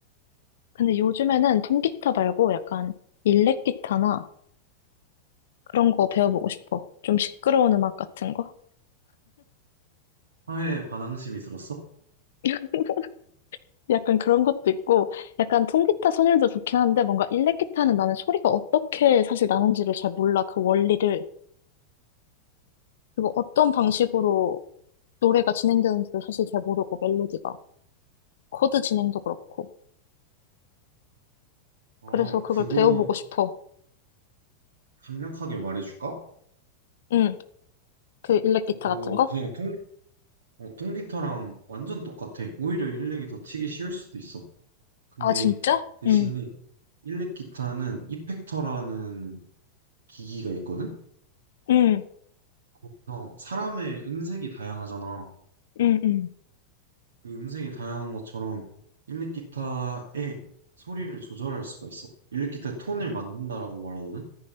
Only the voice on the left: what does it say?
근데 요즘에는 통기타 말고 약간 일렉 기타나 그런 거 배워보고 싶어. 좀 시끄러운 음악 같은 거?
<laughs> 약간 그런 것도 있고, 약간 통기타 선율도 좋긴 한데, 뭔가 일렉기타는 나는 소리가 어떻게 사실 나는지를 잘 몰라. 그 원리를. 그리고 어떤 방식으로 노래가 진행되는지도 사실 잘 모르고, 멜로디가. 코드 진행도 그렇고.
그래서 그걸
배워보고 싶어.
응, 그 일렉기타
같은 거?
아, 진짜?
응,
응,
응, 응.